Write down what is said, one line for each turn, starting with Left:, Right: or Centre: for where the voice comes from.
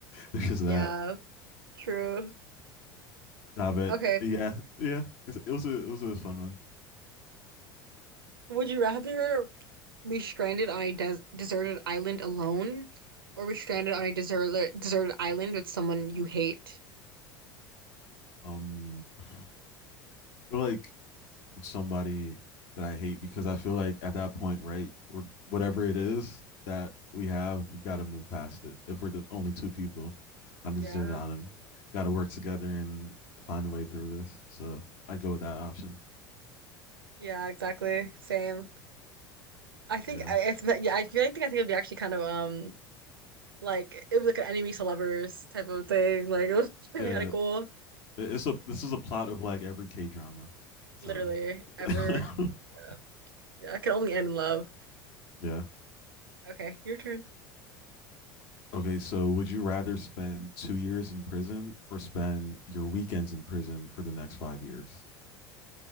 Left: it's just
Right: Yeah,
Left: that.
Right: true.
Left: Nah, but
Right: Okay.
Left: yeah, yeah. It's, it was a it was a fun one.
Right: Would you rather be stranded on a des deserted island alone or be stranded on a deserted deserted island with someone you hate?
Left: Um, I feel like somebody that I hate because I feel like at that point, right, we're, whatever it is that we have, we got to move past it. If we're the only two people on
Right: Yeah,
Left: the desert island, got to work together and find a way through this. So I'd go with that option.
Right: yeah, exactly. Same. I think
Left: Yeah,
Right: I- it's yeah. I feel like I think it'd be actually kind of um like it was like an enemies to lovers type of thing. Like it was <laughs> gonna
Left: yeah.
Right: be kind of cool.
Left: It's a this is a plot of like every K drama.
Right: Literally
Left: So
Right: ever.
Left: <laughs>
Right: Yeah, yeah. It can only end in love.
Left: yeah.
Right: Okay, your turn.
Left: Okay, so would you rather spend two years in prison or spend your weekends in prison for the next five years?